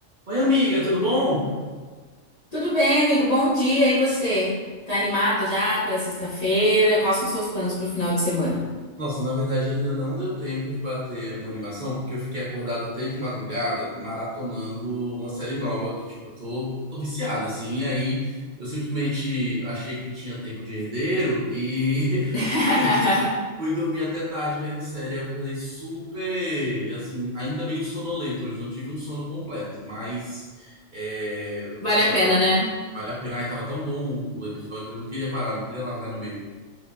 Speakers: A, on the right; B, on the left.
A: Oi, amiga, tudo bom?
B: Tudo bem, amigo? Bom dia. E você? Tá animado já pela sexta-feira? Quais são seus planos pro final de semana?
A: Nossa, na verdade ainda não deu tempo de bater uma animação, porque eu fiquei acordado até de madrugada maratonando uma série nova que, tipo, eu tô, tô viciado, assim. E aí eu simplesmente achei que tinha tempo de herdeiro e
B: <laughs>
A: <laughs> fu- fui dormir até tarde vendo série. Acordei super, assim, ainda meio sonolento hoje, não tive um sono completo, mas é,
B: Vale
A: vai
B: a pena,
A: dar,
B: né? O
A: vale a pena. Ai, tava tão bom o episódio, eu não queria parar, não queria largar no meio.